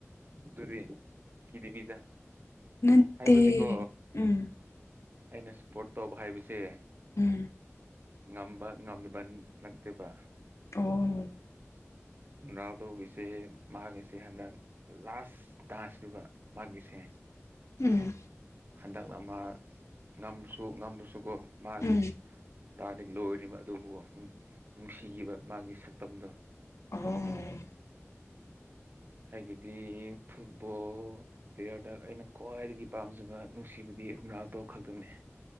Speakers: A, on the right; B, on the left.
A: ꯑꯗꯨꯗꯤ ꯀꯤꯗꯤ ꯄꯤꯗ
B: ꯅꯠꯇꯦ
A: ꯍꯥꯏꯕꯗꯤꯀꯣ
B: ꯎꯝ
A: ꯑꯩꯅ ꯁꯄꯣꯔꯠ ꯇꯧꯕ ꯍꯥꯏꯕꯁꯦ
B: ꯎꯝ
A: ꯉꯝꯕ ꯉꯝꯂꯤꯕ ꯅꯠꯇꯦꯕ
B: ꯑꯣ
A: ꯨꯝꯅꯥꯥꯗꯧꯒꯤꯁꯦ ꯃꯥꯒꯤꯁꯦ ꯍꯟꯗꯛ ꯂꯥꯁ ꯇꯥꯁꯤꯕ ꯃꯥꯒꯤꯁꯦ
B: ꯎꯝ
A: ꯍꯟꯗꯛꯅ ꯃꯥ ꯉꯝꯁꯨ ꯉꯝꯗ꯭ꯔꯁꯨꯀꯣ ꯃꯥꯒꯤ
B: ꯎꯝ
A: ꯇꯥꯔꯗꯤ ꯂꯣꯏꯔꯤꯕ ꯑꯗꯨꯕꯨ ꯅꯨꯡꯁꯤꯈꯤꯕ ꯃꯥꯒꯤ ꯁꯛꯇꯝꯗꯣ
B: ꯑꯣ <unintelligible>
A: ꯑꯩꯗꯒꯤꯗꯤ ꯐꯨꯠꯕꯣꯜ ꯄ꯭ꯂꯦꯌꯔꯗ ꯑꯩꯅ ꯈ꯭ꯋꯥꯏꯗꯒꯤ ꯄꯥꯝꯖꯕ ꯅꯨꯡꯁꯤꯕꯗꯤ ꯔꯨꯅꯥꯜꯗꯣ ꯈꯛꯇꯅꯤ